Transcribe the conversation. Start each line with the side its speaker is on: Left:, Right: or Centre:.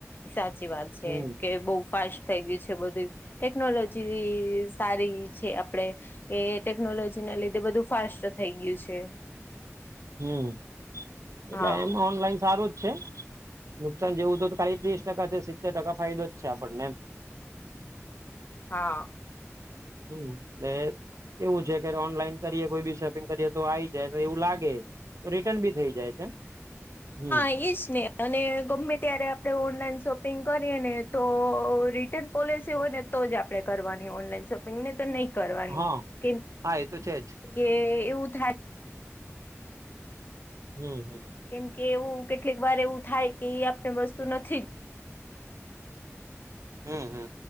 Left: સાચી વાત છે,
Right: હમ
Left: કે બહુ ફાસ્ટ થઈ ગયું છે, બધું ટેકનોલોજી સારી છે, આપડે એ ટેકનોલોજીને લીધે બધું ફાસ્ટ થઈ ગયું છે.
Right: હમ્મ, એટલે
Left: હા
Right: એમ ઓનલાઈન સારું જ છે. નુકસાન જેવું હતું તો ખાલી ત્રીસ ટકા છે સિત્તેર ટકા ફાયદો છે, આપણને
Left: હા,
Right: હમ્મ, એ એવું છે કે ઓનલાઈન કરીએ કોઈ બી શોપિંગ કરીએ તો આવી જાય તો એવું લાગે. રિટન બી થઇ જાય છે, હમ્મ
Left: ઈજ ને અને ગમે ત્યારે આપણે ઓનલાઈન શોપિંગ કરીએ ને તો રી ટન પોલિસી હોય ને તો જ આપણે કરવાની ઓનલાઈન શોપિંગ ને તો નહી કરવાની
Right: હા
Left: કેમ
Right: હા એ તો છે જ
Left: કે એવું થાય.
Right: હમ્મ, હમ્મ
Left: કેમ કે એવું કેટલીક વાર એવું થાય કે એ આપને વસ્તુ નથી.
Right: હમ્મ, હમ્મ